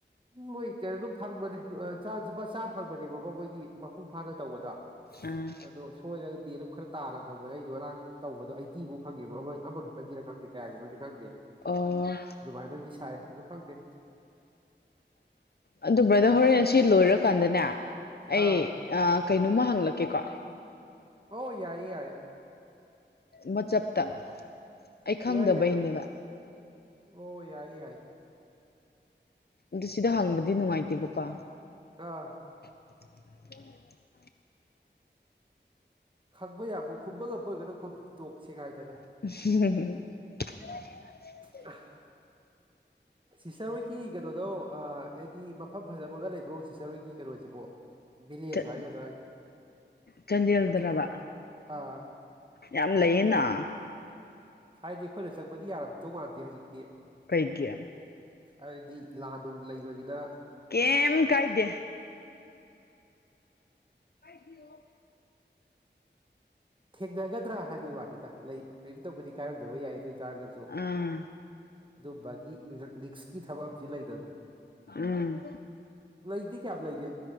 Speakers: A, on the right; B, on the left.
A: ꯃꯣꯏ ꯀꯩꯅꯣꯝ ꯐꯪꯕꯅꯦ ꯂꯨꯄꯥ ꯆꯥꯝꯃ ꯐꯪꯕꯅꯦꯕꯀꯣ ꯃꯣꯏꯒꯤ ꯃꯄꯨꯡ ꯐꯥꯅ ꯇꯧꯕꯗ
B: ꯑꯥ
A: ꯑꯗꯣ ꯁꯣꯏꯔꯒꯗꯤ ꯑꯗꯨꯝ ꯈꯔ ꯇꯥꯅ ꯐꯪꯕꯅꯦ ꯑꯩꯁꯨꯣ ꯉꯔꯥꯡ ꯇꯧꯕꯗꯣ ꯑꯩ ꯇꯤꯐꯥꯎ ꯈꯪꯉꯦꯕ ꯑꯃꯈꯛꯇꯪꯒꯤꯅ ꯈꯪꯗꯦ ꯀꯌꯥꯒꯤꯅꯣꯗꯤ ꯈꯪꯗꯦ
B: ꯑꯣ
A: ꯑꯗꯨꯃꯥꯏꯅꯗꯤ ꯁꯥꯏ ꯑꯣ ꯈꯪꯗꯦ
B: ꯑꯗꯨ ꯕ꯭ꯔꯗꯔ ꯍꯣꯔꯦꯟ ꯁꯤ ꯂꯣꯏꯔꯀꯥꯟꯗꯅꯦ ꯑꯩ
A: ꯑꯥ
B: ꯑ ꯀꯩꯅꯣꯝꯃ ꯍꯪꯂꯛꯀꯦꯀꯣ
A: ꯍ ꯌꯥꯏꯌꯦ ꯌꯥꯏ
B: ꯃꯆꯞꯇ ꯑꯩ ꯈꯪꯗꯕꯩꯅꯦꯕ
A: ꯏꯌꯥ ꯌꯥꯏꯔꯣ ꯑꯣ ꯌꯥꯏ ꯌꯥꯏ
B: ꯑꯗꯨ ꯁꯤꯗ ꯍꯪꯕꯗꯤ ꯅꯨꯡꯉꯥꯏꯇꯦꯕꯀꯣ
A: ꯑꯥ
B: ꯍ
A: ꯈꯪꯕ ꯌꯥꯕ ꯈꯨꯝꯕ ꯉꯝꯕ ꯑꯣꯏꯒꯅ ꯇꯣꯛ ꯁꯦ ꯍꯥꯏꯥꯏꯗꯅ
B: <unintelligible>
A: ꯑ ꯁꯤꯁꯇꯔ ꯍꯣꯏꯒꯤ ꯀꯩꯅꯣꯗꯣ ꯍꯥꯏꯗꯤ ꯃꯝ ꯐꯖꯕꯒ ꯂꯩꯕ꯭ꯔꯣ ꯁꯤꯆꯔꯣꯏꯒꯤ ꯀꯩꯅꯣꯁꯤꯕꯣ ꯚꯤꯂꯦꯖ
B: ꯆ
A: ꯍꯥꯏꯒꯗ꯭ꯔꯥ
B: ꯆꯟꯗꯦꯜꯗ꯭ꯔꯕ
A: ꯐꯖ ꯐꯖ ꯑꯥ
B: ꯌꯥꯝ ꯂꯩꯌꯦꯅꯥ
A: ꯍꯥꯏꯗꯤ ꯑꯩꯈꯣꯏꯅ ꯆꯪꯕꯗꯤ ꯌꯥꯔꯝꯗꯧ ꯃꯥꯟꯗꯦ ꯍꯧꯖꯤꯛꯇꯤ
B: ꯀꯩꯒꯤ
A: ꯑꯗꯨꯗꯤ ꯂꯥꯛ ꯑꯗꯨ ꯂꯩꯕꯗꯨꯗ
B: ꯀꯦꯝ ꯀꯥꯏꯗꯦ ꯍꯥꯏꯕꯤꯣ
A: ꯊꯦꯡꯅꯒꯗ꯭ꯔꯥ ꯍꯥꯏꯕꯒꯤ ꯋꯥꯅꯤꯅ ꯂꯩ ꯀꯔꯤꯝꯇꯧꯕꯗꯤ ꯀꯥꯏꯔꯝꯗꯕ ꯌꯥꯏ ꯑꯗꯨ ꯑꯣꯏ ꯇꯔꯒꯁꯨ
B: ꯑꯥ
A: ꯑꯗꯨ ꯒꯤ ꯔꯤꯛꯁꯀꯤ ꯊꯕꯛ ꯑꯝ ꯂꯩꯗꯅ
B: ꯎꯝ
A: ꯂꯩꯗꯤ ꯀꯌꯥꯝ ꯂꯩꯒꯦ